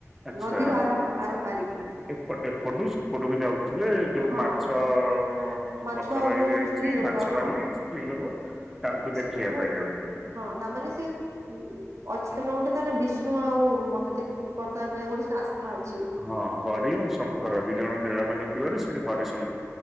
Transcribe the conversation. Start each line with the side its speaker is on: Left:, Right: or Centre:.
Centre: ଆଚ୍ଛା
Right: ନଦୀର ଆର ଆର ପାରିକୁ
Centre: ଏ ଏପଟୁ ସେପଟକୁ ଯାଉଥିବେ ଏ ଯୋଉ
Right: ହଁ
Centre: ମାଛ ତ
Right: ମାଛ
Centre: ପଥର
Right: ଆଉ
Centre: ହେଇଯାଇଚି
Right: ଯୋଉ ସବୁ ସ୍ତ୍ରୀ ଲୋକ
Centre: ମାଛ
Right: ହଁ
Centre: ବାଲି ସ୍ତ୍ରୀ ଲୋକ ତାଙ୍କୁ ଦେଖିଆ
Right: ସେଟାକୁ
Centre: ପାଇଁ ଯାଉଚି।
Right: ହଁ ତାମାନେ ସେ ହଁ ଅଛି ତ ଗୋଟେ ତାନେ ବିଷ୍ଣୁ ଆଉ ମହାଦେବ ପଦ ମାନେ ଗୋଟେ ସେ ଆସ୍ଥା ଅଛି।
Centre: ହଁ ହରି ଆଉ ଶଙ୍କର ଦି ଜଣ ମିଳନ ହେଇ ହେଇଥିବାରୁ ସେଠି ହରି ଶଙ୍କ